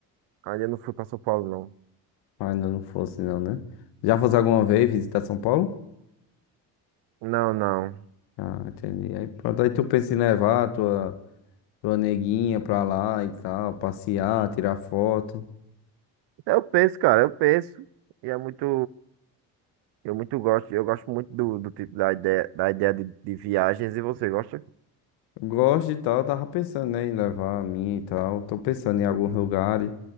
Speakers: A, on the right; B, on the left.
A: ainda não fui pra São Paulo, não.
B: mas Ainda não fosse não, né? Já fosse alguma vez visitar São Paulo?
A: Não, não.
B: Ah, entendi. Aí pronto, aí tu pensa em levar a tua, tua neguinha pra lá e tal, passear, tirar foto.
A: Eu penso, cara, eu penso. E é muito. Eu muito gosto. Eu gosto muito do, do tipo da ideia, da ideia de, de viagens. E você gosta?
B: Gosto e tal, tava pensando, né, em levar a minha e tal. Tô pensando em alguns lugares.